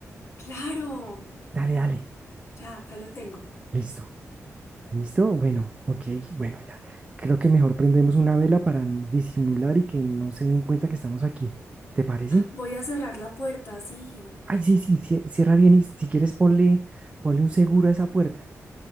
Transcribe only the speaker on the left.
Claro.
Ya, acá lo tengo.
Voy a cerrar la puerta, sí.